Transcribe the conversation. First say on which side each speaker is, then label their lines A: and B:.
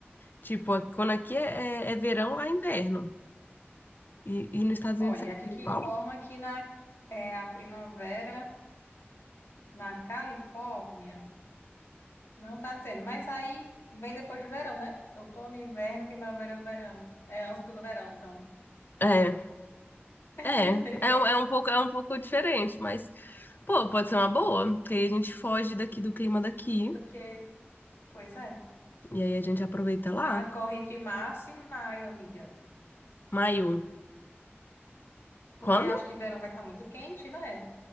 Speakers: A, on the left (about 50°); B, on the left (about 65°).
A: Tipo, a- quando aqui é, é- é verão, lá é inverno. E, e nos Estados
B: Olha,
A: Unidos é
B: aqui que
A: igual.
B: informa que na, é, a primavera na Califórnia. Não tá dizendo, mas aí vem depois do verão, né? Outono, inverno, primavera, verão. É antes do verão, então.
A: É,
B: <laughs>
A: é. É, um- é um pouco, é um pouco diferente, mas. Pô, pode ser uma boa, porque aí a gente foge daqui do clima daqui
B: Porque, pois é.
A: e aí a gente aproveita lá.
B: Ah, corre entre março e maio, amiga.
A: Maio, quando?
B: Porque acho que verão vai estar muito quente, né?